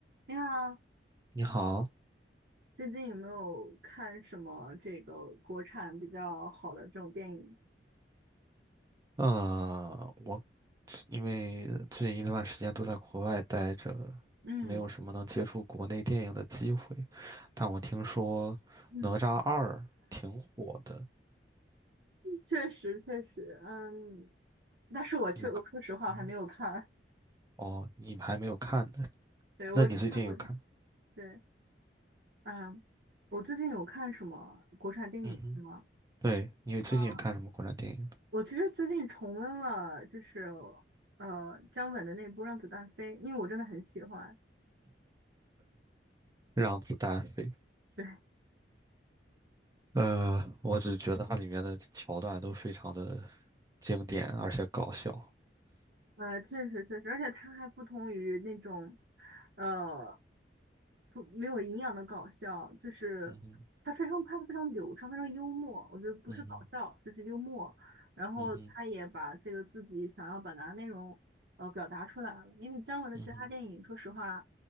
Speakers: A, on the right; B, on the right.
A: 你好，
B: 你好，
A: 最近有没有看什么这个国产比较好的这种电影？
B: 呃，我因为最近一段时间都在国外待着，
A: 嗯
B: 没有什么能接触国内电影的机会，但我听说《哪吒二》挺火的，
A: 嗯，确实确实，嗯，但是我确我说实话我还没有看，
B: 你有看？嗯哦，你还没有看呢？
A: 对，我只看过一，
B: 那你最近有看？
A: 对，嗯，我最近有看什么国产电影吗？
B: 嗯哼，对，你最近有看什么国产电影呢
A: 啊我其实最近重温了，就是呃姜文的那部《让子弹飞》，因为我真的很喜欢。
B: 让子弹飞》。
A: 对
B: 呃，我只觉得它里面的桥段都非常的经典，而且搞笑。
A: 呃，确实确实，而且他还不同于那种，呃，不没有营养的搞笑，就是他非常拍的非常流畅，
B: 嗯哼，
A: 非常幽默。我觉得不是搞笑，
B: 嗯哼，
A: 就是幽默。然后他也把这个自己想要表达的内容，
B: 嗯哼，
A: 呃，表达出来了。因为姜文的其他电影，
B: 嗯哼。
A: 说实话，